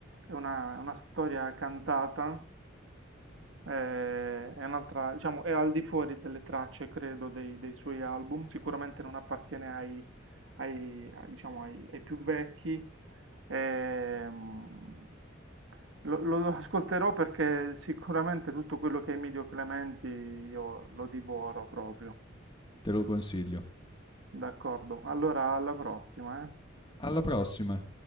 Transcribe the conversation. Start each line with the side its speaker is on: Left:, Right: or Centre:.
Right: È una, una storia cantata, eh, è un'altra, diciamo, è al di fuori delle tracce, credo, dei, dei suoi album. Sicuramente non appartiene ai, ai- a- diciamo, ai, ai più vecchi. Ehm, lo, lo- lo ascolterò perché sicuramente tutto quello che è Emilio Clementi io lo divoro proprio.
Left: te lo consiglio.
Right: D'accordo. Allora, alla prossima, eh.
Left: Alla prossima.